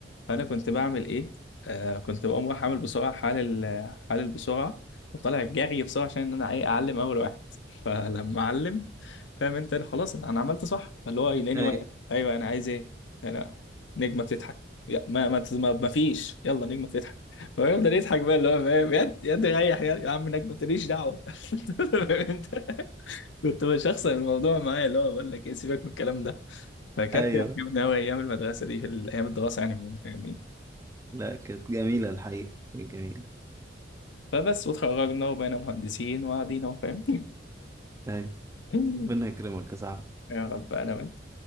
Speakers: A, on the left; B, on the right.
A: فانا كنت بعمل ايه آه كنت بقوم رايح عامل بسرعه حال ال- حال البسرعه وطالع بجري بسرعه عشان ان انا ايه اعلم اول واحد <laughs> فلما اعلم فاهم انت خلاص انا أنا عملت صح فاللي هو يلاقيني
B: ايوه
A: واقف ايوه انا عايز ايه انا نجمه بتضحك يا- ما ما ما ما فيش يلا نجمه بتضحك <laughs> فيفضل يضحك بقى اللي هو فاهم يد يد ريح يا يا عم نجمه ماليش دعوه <laughs> فاهم انت كنت بشخصن الموضوع معايا اللي هو بقول لك ايه سيبك من الكلام ده فكانت
B: ايوه
A: عجبني قوي ايام المدرسه دي في ال- ايام الدراسه يعني عموما فاهمني
B: لا كانت جميلة الحقيقة كانت جميلة
A: فبس وتخرجنا وبقينا مهندسين وقاعدين اهو فاهم
B: أيوة
A: <laughs>
B: ربنا يكرمك يا صاحبي
A: يا رب انا وانت